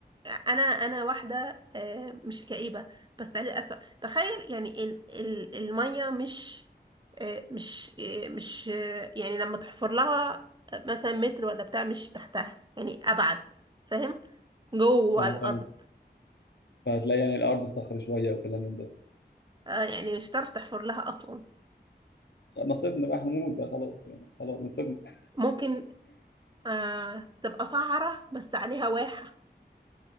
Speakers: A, on the right; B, on the left.
A: انا انا واحده آه، مش كئيبه بس عايزه اسوء تخيل يعني ال ال الميه مش آه، مش آه، مش آه، يعني لما تحفر لها آه، مثلا متر ولا بتاع مش تحتها يعني ابعد فاهم جوه
B: اه
A: الارض
B: فهمت فهتلاقي يعني الارض صخر شوية وكلام من ده
A: آه، يعني مش هتعرف تحفر لها اصلا
B: نصيبنا بقى هنموت ده خلاص يعني خلاص نصيبنا <laughs>
A: ممكن آه، تبقى صحراء بس عليها واحه